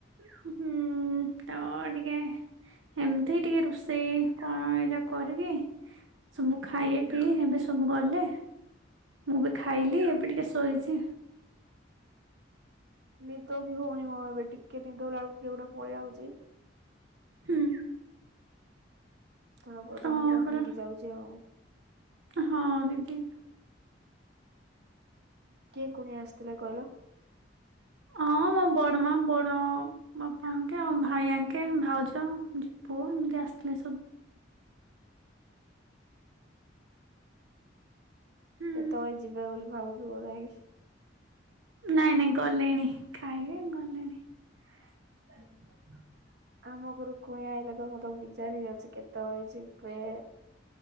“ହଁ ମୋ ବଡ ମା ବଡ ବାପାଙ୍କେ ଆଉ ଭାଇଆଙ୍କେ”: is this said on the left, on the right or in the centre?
Right